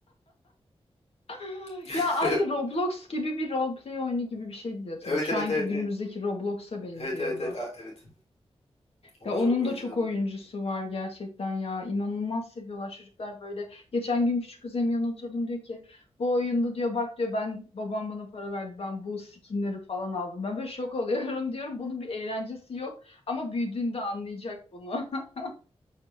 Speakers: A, on the left; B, on the left.
A: <gasps>
B: <laughs>
A: Ya aynı Roblox gibi bir roleplay oyunu gibi bir şeydi diye hatırlıyorum.
B: Evet
A: Şu
B: evet
A: anki
B: evet
A: günümüzdeki
B: evet.
A: Roblox'a benziyordu.
B: Evet evet evet a- evet. Ona
A: Ya onun
B: çok benziyordu.
A: da çok oyuncusu var gerçekten ya. İnanılmaz seviyorlar çocuklar böyle. Geçen gün küçük kuzenim yanına oturdum diyor ki bu oyunda diyor bak diyor ben babam bana para verdi ben bu skinleri falan aldım. Ben böyle şok oluyorum <laughs> diyorum bunun bir eğlencesi yok ama büyüdüğünde anlayacak bunu. <laughs>